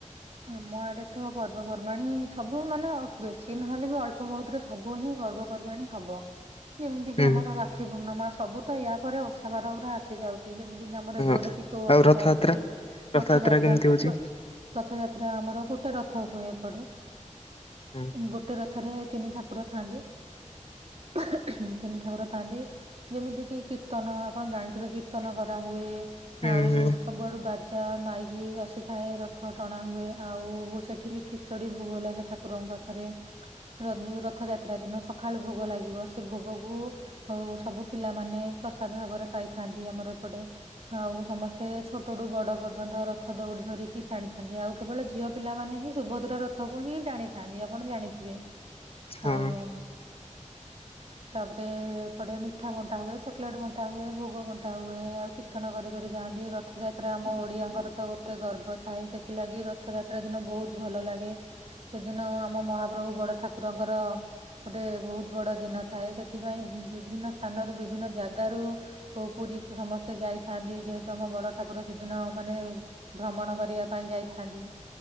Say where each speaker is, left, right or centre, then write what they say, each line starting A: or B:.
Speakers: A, on the right; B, on the left.
A: ଆମ ଆଡେ ତ ପର୍ବପର୍ବାଣିୀ ସବୁ ମାନେ ବେଶୀ ନହେଲେ ବି ଅଳ୍ପ ବହୁତରେ ସବୁ ହିଁ ପର୍ବପର୍ବାଣି ହବ। ଯେମିତି କିି
B: ହୁଁ
A: ଆମର ରାକ୍ଷୀ ପୂର୍ଣ୍ଣମା ସବୁ ତ ୟା ପରେ ଓଷା ବାର ରେ ଆସି ଯାଉଛି। ଯେମିତି କି ଆମର ଏବେ
B: ହଁ
A: ଗୋଟେ ଚିତଉ
B: ଆଉ
A: ଆମେଇସା
B: ରଥଯାତ୍ରା
A: ଆସୁଛି ରଥଯାତ୍ରା।
B: କେମିତି ହଉଛି?
A: ରଥଯାତ୍ରା ଆମର ଗୋଟେ ରଥ ହୁଏ ପଡେ
B: ହୁଁ
A: ଗୋଟେ ରଥରେ ତିନି ଠାକୁର ଥାନ୍ତି ଏହେ ଏହେ ତିନି ଠାକୁର ଥାନ୍ତି ଯେମିତି କିି କୀର୍ତ୍ତନ ଆପଣ ଜାଣିଥିବେ କୀର୍ତ୍ତନ କରାହୁଏ
B: ହୁଁ
A: ଆଉ ସବୁଆଡୁ ବା <unintelligible> ମାଇଁକି ବାଜିଥାଏ ର ରଥ ଟଣା ହୁଏ ଆଉ ସେଠି ବି ଖିଚଡି ଭୋଗ ଲାଗେ ଠାକୁରଙ୍କ ପାଖରେ ର ରଥଯାତ୍ରା ଦିନ ସକାଳୁ ଭୋଗ ଲାଗିବ ସେ ଭୋଗକୁ ସବୁ ପିଲାମାନେ ପ୍ରସାଦ ଭାବରେ ପାଇଥାନ୍ତି ଆମର ଏପଟେ ଆଉ ସମସ୍ତେ ଛୋଟଠୁ ବଡ ପର୍ଯ୍ୟନ୍ତ ରଥ ଦଉଡି ଧରିକିଟାଣି ନ୍ତି ଆଉ କେବଳ ଝିଅ ପିଲା ମାନେ ହିଁ ସୁଭଦ୍ରା ରଥକୁ ହିଁ ଟାଣିଥାନ୍ତି ଆପଣ ଜାଣିଥିବେ?
B: ହଁ
A: ଆଉ ତାପରେ ଏପଟେ ମିଠା ବଣ୍ଟା ହୁଏ ଚକୋଲେଟ ବଣ୍ଟା ହୁଏ ଭୋଗ ବଣ୍ଟା ହୁଏ ଆଉ କୀର୍ତନ କରିକରି ଯାଆନ୍ତି ରଥଯାତ୍ରା ଆମ ଓଡିଆଙ୍କର ତ ଗୋଟେ ଗର୍ବ ଥାଏ ସେ। ଥିଲାଗି ରଥଯାତ୍ରା ଦିନ ବହୁତ ଭଲ ଲାଗେ ସେଦିନ ଆମ ମହାପ୍ରଭୁ ବଡ ଠାକୁରଙ୍କର ଗୋଟେ ବହୁତ ବଡ ଦିନ ଥାଏ ସେଥିପାଇଁ ବିଭିନ୍ନ ସ୍ଥାନରୁ ବିଭିନ୍ନ ଜାଗାରୁ ପୁରୀକୁ ସମସ୍ତେ ଯାଇଥାନ୍ତି ଯେହେତୁ ଆମ ବଡ ଠାକୁର ସେଦିନ ମାନେ ଭ୍ରମଣ କରିବା ପାଇଁ ଯାଇଥାନ୍ତି